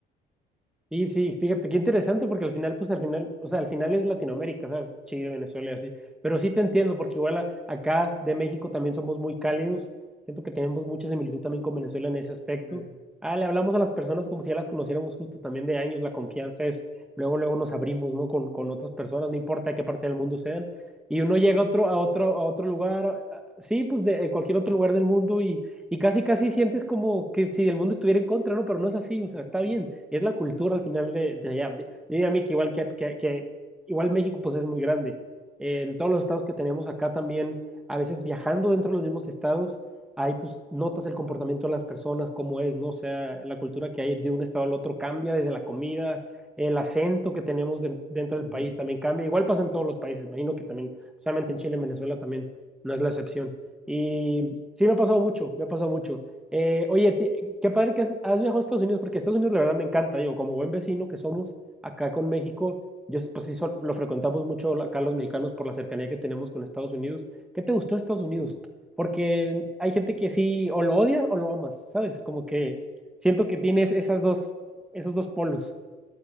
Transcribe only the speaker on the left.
Sí.
Ujú,
ujú.